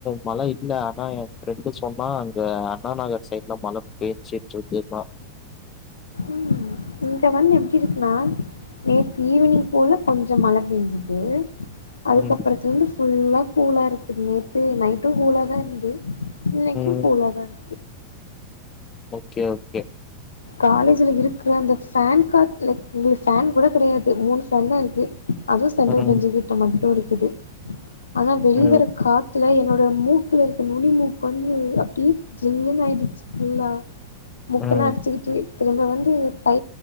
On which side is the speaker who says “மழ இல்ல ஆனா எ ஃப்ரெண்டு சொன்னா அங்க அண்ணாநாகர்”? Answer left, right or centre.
Left